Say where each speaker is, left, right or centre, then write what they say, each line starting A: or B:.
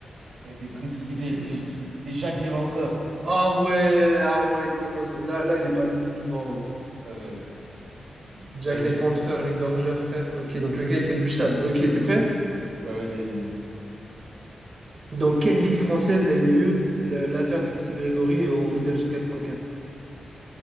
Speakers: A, on the right (about 70°); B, on the right (about 35°).
A: Ça a été précipité.
B: c'est-
A: C'était
B: c'est-
A: c'était Jacques l'Éventreur.
B: ah ouais, ah ouais, non, non. c'est- Là, là, elle est pas belle du tout, par contre.
A: Pas belle.
B: Jack
A: Vas-y.
B: l'effondreur,
A: vas-y.
B: l'égorgeur, frère. Ok, donc le gars, il fait du sable. Ok, t'es prêt?
A: Ouais, vas-y, vas-y.
B: Dans quelle ville française a eu lieu le- l'affaire du petit Grégory en mille neuf cent quatre-vingt-quatre